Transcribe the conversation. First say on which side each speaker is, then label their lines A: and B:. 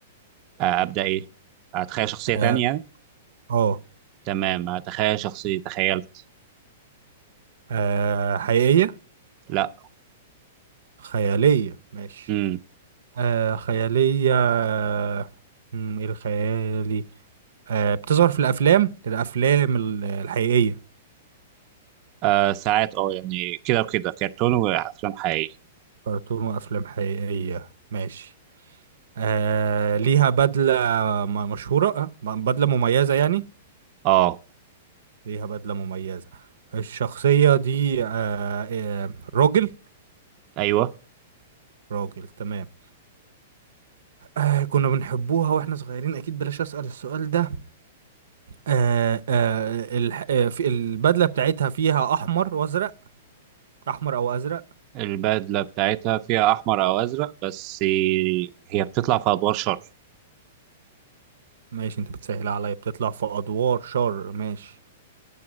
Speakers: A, on the right; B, on the right.
A: آه ابدا ايه اتخيل شخصيه
B: اه
A: تانية يعني
B: آه،
A: تمام اتخيل شخصيه تخيلت
B: آه حقيقية
A: لا
B: خيالية ماشي
A: امم
B: آه خيالية آه، مم، إيه الخيالي آه بتظهر في الأفلام الأفلام ال- الحقيقية
A: آه ساعات اه يعني كده وكده كرتون وافلام حقيقيه
B: كرتون وأفلام حقيقية ماشي آه ليها بدلة م- مشهورة آه ب- بدلة مميزة يعني
A: اه
B: ليها بدلة مميزة الشخصية دي آه آه راجل
A: ايوه
B: راجل تمام آه كنا بنحبوها واحنا صغيرين أكيد بلاش أسأل السؤال ده آه آه الح... آه في البدله بتاعتها فيها احمر وازرق احمر او ازرق
A: البدله بتاعتها فيها احمر او ازرق بس هي بتطلع في ادوار شر
B: ماشي انت بتسهل عليا بتطلع في ادوار شر ماشي